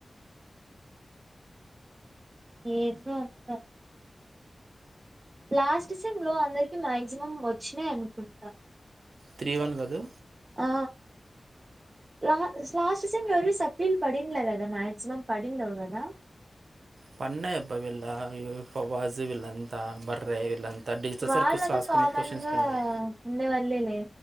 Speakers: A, on the right; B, on the right.
A: ఏందో అంతా లాస్ట్ సెంలో అందరికి మ్యాక్సిమం వచ్చినాయ్ అనుకుంటా
B: త్రీ వన్ కాదు
A: ఆ లా లాస్ట్ సెంలో ఎవరివి సప్ ప్లిల్ పడింన్లే కదా మాక్సిమం పడిండవు కదా
B: పడ్నయ్ అబ్బ వీళ్ళ ఇ వ్ ఫజు విలంత బర్రే విలం త డిజిటల్
A: వాళ్ళతో
B: సర్కిల్స్ రాసుకునే
A: కామన్
B: క్వశ్చన్స్
A: గా
B: పెన్నాడు
A: ఉండే వాళ్ళేలే